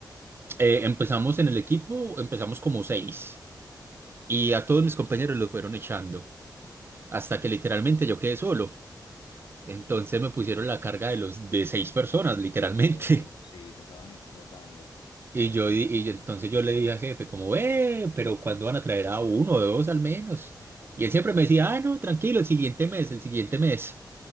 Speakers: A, on the right; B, on the left.
A: eh, empezamos en el equipo, empezamos como seis. y a todos mis compañeros los fueron echando, hasta que literalmente yo quedé solo. Entonces me pusieron la carga de los de seis personas, literalmente.
B: Oh,
A: <laughs>
B: sí, te estaban explotando.
A: Y yo di- y yo- entonces yo le dije al jefe como, "Eh, pero ¿cuándo van a traer a uno o dos al menos?" Y él siempre me decía, "Ah, no, tranquilo, el siguiente mes, el siguiente mes."